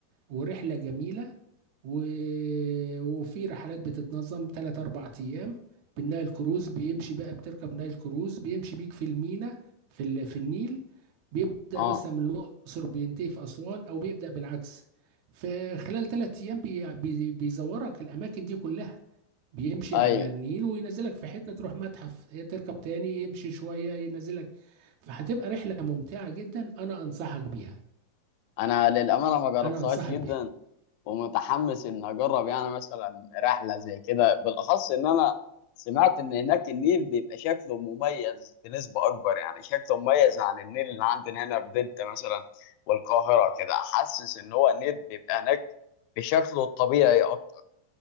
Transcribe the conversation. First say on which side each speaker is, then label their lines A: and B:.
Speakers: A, on the right; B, on the left.
A: ورحلة جميلة و... وفي رحلات بتتنظم تلات أربع أيام بالنايل كروز بيمشي بقى بتركب نايل كروز بيمشي بيك في المينا في ال... في النيل بيبدأ
B: اه
A: مثلا من الأقصر بينتهي في أسوان أو بيبدأ بالعكس فخلال تلات أيام بي... بي... بيزورك الأماكن دي كلها بيمشي
B: ايوه
A: على النيل وينزلك في حتة تروح متحف هي تركب تاني يمشي شوية ينزلك فهتبقى رحلة ممتعة جدا أنا أنصحك بيها
B: انا للامانه ما جربتهاش
A: أنا أنصحك
B: جدا
A: بيها
B: ومتحمس ان اجرب يعني مثلا رحله زي كده بالاخص ان انا سمعت ان هناك النيل بيبقى شكله مميز بنسبه اكبر يعني شكله مميز عن النيل اللي عندنا هنا في دلتا مثلا والقاهره كده حاسس ان هو النيل بيبقى هناك بشكله الطبيعي اكتر